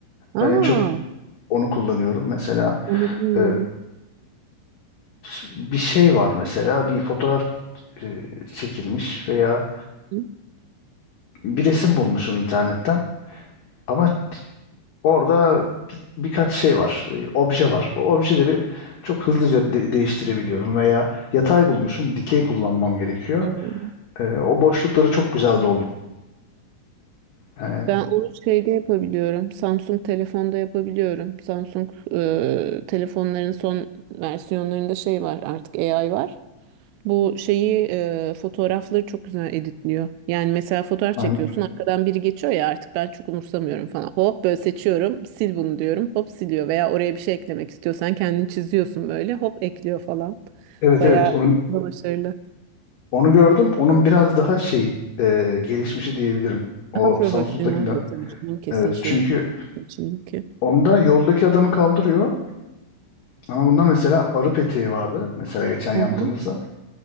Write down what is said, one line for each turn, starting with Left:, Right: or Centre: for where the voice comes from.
Left: Ben
Right: Aa,
Left: en çok onu kullanıyorum. Mesela
Right: onu bilmiyordum.
Left: e, bir şey var mesela bir fotoğraf e, çekilmiş veya
Right: Hı.
Left: bir resim bulmuşum internetten ama orada birkaç şey var, e, obje var. O objeleri çok hızlıca de- değiştirebiliyorum veya yatay bulmuşum, dikey kullanmam gerekiyor.
Right: Hı.
Left: E, o boşlukları çok güzel doldu. Yani,
Right: Ben onu şeyde yapabiliyorum. Samsung telefonda yapabiliyorum. Samsung e, telefonların son versiyonlarında şey var artık AI var. Bu şeyi e, fotoğrafları çok güzel editliyor. Yani mesela fotoğraf
Left: hani
Right: çekiyorsun arkadan biri geçiyor ya artık ben çok umursamıyorum falan. Hop böyle seçiyorum sil bunu diyorum hop siliyor veya oraya bir şey eklemek istiyorsan kendini çiziyorsun böyle hop ekliyor falan.
Left: Evet
Right: Bayağı
Left: evet onu,
Right: da başarılı.
Left: onu gördüm. Onun biraz daha şey e, gelişmişi diyebilirim. O
Right: Daha profesyonel
Left: Samsung'dakinden.
Right: de tabii canım kesin
Left: Evet
Right: şeyin
Left: çünkü
Right: içindeki.
Left: onda yoldaki adamı kaldırıyor. Ama bunda mesela arı peteği vardı. Mesela geçen yaptığımızda.
Right: Hı hı.